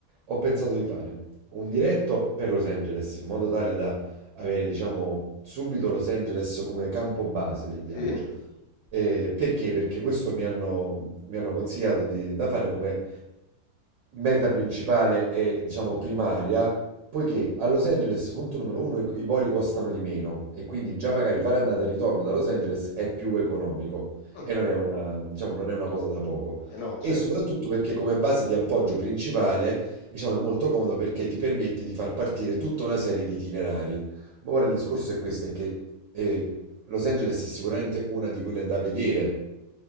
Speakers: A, on the right; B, on the left.
A: ho pensato di fare un diretto per Los Angeles, in modo tale da avere, diciamo, subito Los Angeles come campo base del viaggio.
B: Sì?
A: Eh, perché? Perché questo mi hanno, mi hanno consigliato di- da fare come meta principale e, diciamo, primaria Poiché a Los Angeles, punto numero uno, i, i voli costano di meno e quindi già magari fare andata e ritorno da Los Angeles è più economico
B: Mm,
A: e non è una, diciamo, non è una cosa da poco.
B: eh no,
A: E
B: certo.
A: soprattutto perché come base di appoggio principale, diciamo, è molto comodo perché ti permette di far partire tutta una serie di itinerari. Ma ora il discorso è questo, è che eh, Los Angeles è sicuramente una di quelle da vedere,